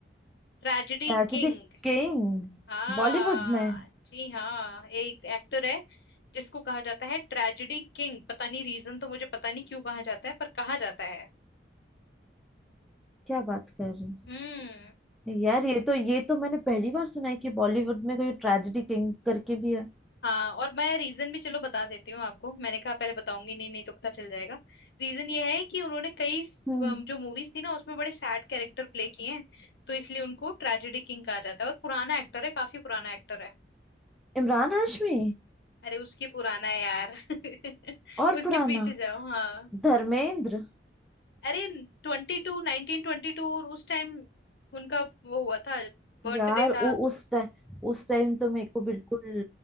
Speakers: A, on the left; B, in the centre.
A: Tragedy
B: Tragic
A: king
B: king
A: हाँ
B: बॉलीवुड में
A: जी हाँ एक एक्टर है जिसको कहा जाता है ट्रेजेडी किंग पता नहीं रीजन तो मुझे पता नहीं क्यों कहा जाता है पर कहा जाता है
B: क्या बात कर रहे
A: हम्म
B: हो यार ये तो ये तो मैंने पहली बार सुना है कि बॉलीवुड में कोई ट्रेजेडी किंग करके भी है
A: हाँ और मैं रीजन भी चलो बता देती हूँ आपको मैंने कहा पहले बताऊंगी नहीं नहीं तो पता चल जाएगा रीजन ये है कि उन्होंने कई फ-
B: हम्म
A: जो मूवीज थी ना उसमें बड़े सैड कैरेक्टर प्ले किए हैं तो इसलिए उनको ट्रेजेडी किंग कहा जाता है और पुराना एक्टर है काफी पुराना एक्टर है
B: इमरान हाशमी
A: अरे उसकी पुराना है यार <laughs>
B: और
A: उसके
B: पुराना
A: पीछे जाओ हाँ
B: धर्मेंद्र
A: अरे ट्वेंटी टू नाइनटीन ट्वेंटी टू और उस टाइम उनका वो हुआ था बर्थडे
B: यार
A: था
B: वो उस टाइम उस टाइम तो मेरे को बिल्कुल